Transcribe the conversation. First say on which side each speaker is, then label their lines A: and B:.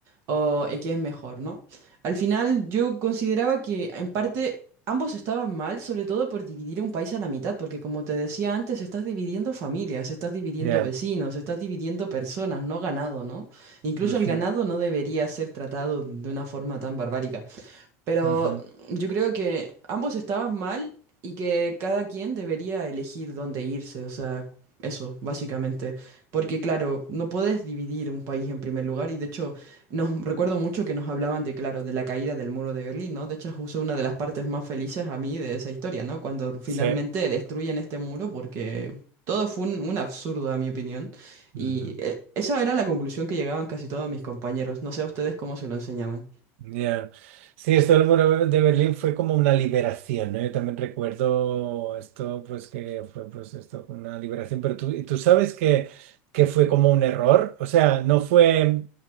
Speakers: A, on the right; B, on the right.
A: ¿O eh, qué es mejor, no? Al final yo consideraba que en parte ambos estaban mal, sobre todo por dividir un país a la mitad, porque como te decía antes, estás dividiendo familias, estás dividiendo
B: Ya.
A: vecinos, estás dividiendo personas, no ganado, ¿no? Incluso
B: Ujú,
A: el ganado no debería ser tratado de una forma tan barbárica. Pero
B: ujú.
A: yo creo que ambos estaban mal y que cada quien debería elegir dónde irse, o sea, eso, básicamente. Porque claro, no podés dividir un país en primer lugar y de hecho, nos recuerdo mucho que nos hablaban de, claro, de la caída del muro de Berlín, ¿no? De hecho, es justo una de las partes más felices a mí de esa historia, ¿no? Cuando finalmente
B: Sí.
A: destruyen este muro porque... Todo fue un, un absurdo, a mi opinión. Y
B: Ujú.
A: eh, esa era la conclusión que llegaban casi todos mis compañeros. No sé a ustedes cómo se lo enseñaban.
B: Ya. Sí, esto del muro de Berlín fue como una liberación, ¿no? Yo también recuerdo esto, pues que fue pues esto, una liberación, pero tú, y tú sabes que, que fue como un error, o sea, no fue,